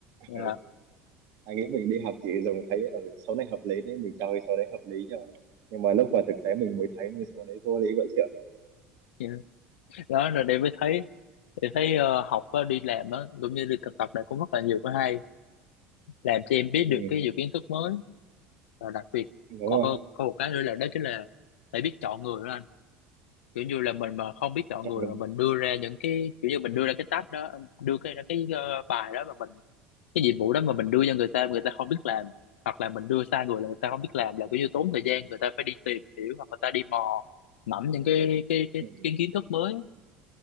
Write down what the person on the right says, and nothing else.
ừ. anh nghĩ mình đi học thì dùng thấy ở ừ, số này hợp lý nên mình cho cái số đấy hợp lý cho nhưng mà lúc vào thực tế mình mới thấy cái số đấy vô lý vậy chứ
ừ,
đúng
rồi
chọn
lọc.
ừ,